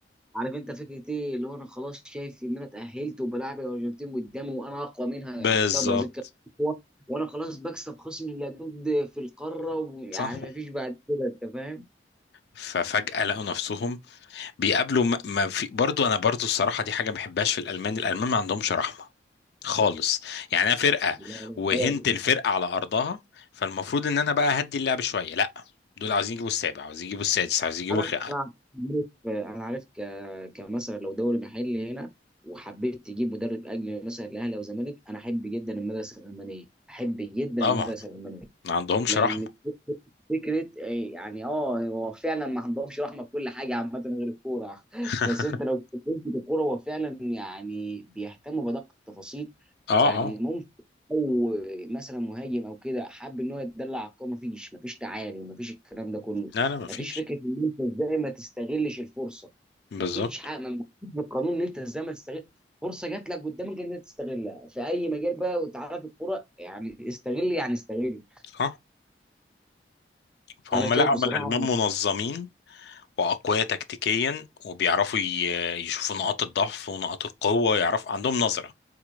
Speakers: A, in the centre; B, on the left.
A: عارف انت فكره ايه اللي هو انا خلاص شايف ان انا اتاهلت وبلاعب الارجنتين قدامي وانا اقوى منها
B: بالظبط
A: يعني وقتها البرازيل كانت اقوى وانا خلاص بكسب خصم اللدود في القاره ويعني
B: صح
A: ما فيش بعد كده انت فاهم
B: ففجأة لقوا نفسهم بيقابلوا ما ما في برضو أنا برضو الصراحة دي حاجة ما بحبهاش في الألمان الألمان ما عندهمش رحمة خالص يعني انا فرقه
A: لا لا
B: وهنت
A: خالص.
B: الفرقه على ارضها فالمفروض ان انا بقى هدي اللعب شويه لا دول عاوزين يجيبوا السابع عاوزين يجيبوا السادس عاوزين يجيبوا
A: انا
B: الخ...
A: انا عارف انا عارف ك كمثلا لو دوري محلي هنا وحبيت تجيب مدرب اجنبي مثلا الاهلي او الزمالك انا احب جدا المدرسه الالمانيه احب جدا
B: طبعا
A: المدرسه الالمانيه
B: ما عندهمش
A: لان
B: رحمه
A: فكره آه، يعني اه هو فعلا ما عندهمش رحمه في كل حاجه عامه غير الكوره <laughs>
B: <laughs>
A: بس انت لو اتكلمت في الكوره هو فعلا يعني بيهتموا بدقه التفاصيل
B: اه
A: يعني
B: اه
A: ممكن او مثلا مهاجم او كده حب ان هو يتدلع على الكوره مفيش مفيش تعالي مفيش الكلام ده كله
B: لا لا ما فيش
A: مفيش فكره ان انت ازاي ما تستغلش الفرصه
B: بالظبط
A: مفيش حاجه مفيش بالقانون ان انت ازاي ما تستغل فرصه جات لك قدامك ان انت تستغلها في اي مجال بقى وتعرف الكوره يعني استغل يعني استغل
B: اه فهم
A: فانا شايف
B: لا
A: بصراحه
B: هم الالمان منظمين واقوياء تكتيكيا وبيعرفوا ي- يشوفوا نقاط الضعف ونقاط القوه يعرفوا عندهم نظره